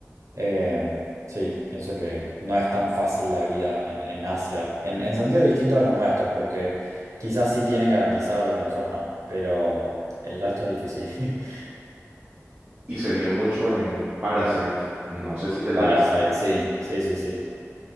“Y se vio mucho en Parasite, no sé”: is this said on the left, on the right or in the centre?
Right